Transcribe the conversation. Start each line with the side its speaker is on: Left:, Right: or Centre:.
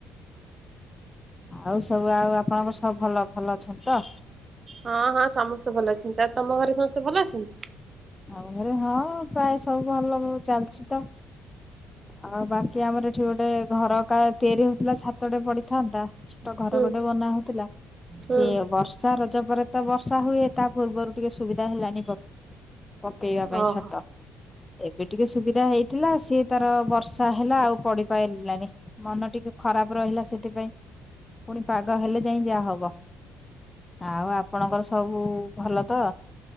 Left: ଆଉ ସବୁ ଆଉ ଆପଣଙ୍କର ସବୁ ଭଲ ଭଲ ଅଛନ୍ତି ତ?
Right: ହଁ ହଁ ସମସ୍ତେ ଭଲ ଅଛନ୍ତି ତା ତମ ଘରେ ସମସ୍ତେ ଭଲ ଅଛନ୍ତି।
Left: ଆଉ ଘରେ ହଁ ପ୍ରାୟ ସବୁ ଭଲ ଚାଲିଛି ତ। ଆଉ ବାକି ଆମର ଏଠି ଗୋଟେ ଘରକା ତିଆରି ହେଉଥିଲା ଛାତଟେ ପଡିଥାନ୍ତା। ତ ଘର
Right: ହୁଁ
Left: ଗୋଟେ ବନା ହଉଥିଲା
Right: ହୁଁ
Left: ସିଏ ବର୍ଷାର ରଜ ପରେ ତ ବର୍ଷା ହୁଏ ତା ପୂର୍ବରୁ ଟିକେ ସୁବିଧା ହେଲାନି। ପକେଇବା ପାଇଁ
Right: ଓହୋ।
Left: ଛାତ। ଏବେ ଟିକେ ସୁବିଧା ହେଇଥିଲା ସିଏ ତାର ବର୍ଷା ହେଲା ଆଉ ପଡି ପାରିଲାନି ମନ ଟିକେ ଖରାପ ରହିଲା ସେଥିପାଇଁ ପୁଣି ପାଗ ହେଲେ ଯାଇ ଯାହା ହବ। ଆଉ ଆପଣଙ୍କର ସବୁ ଭଲ ତ?